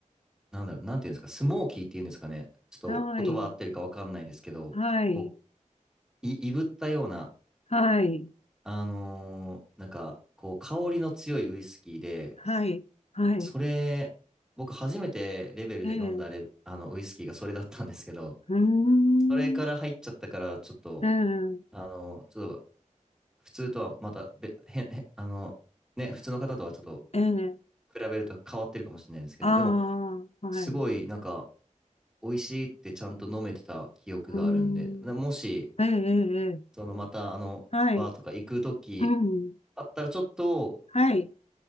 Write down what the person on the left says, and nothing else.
はい、はい、
はい、
はい、はい。
ええ、う
ーん、
ええ、
ええ、
あ
あ、はい、
う
ーん、
ええ、ええ、ええ
はい、
うん、
はい、